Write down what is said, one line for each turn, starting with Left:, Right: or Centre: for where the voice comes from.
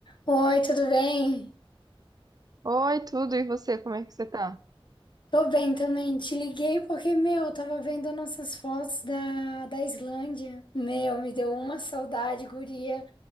Left: Oi, tudo bem?
Right: Oi, tudo, e você, como é que você tá?
Left: Tô bem também. Te liguei porque, meu, eu tava vendo nossas fotos da, da Islândia. Meu, me deu uma saudade, guria.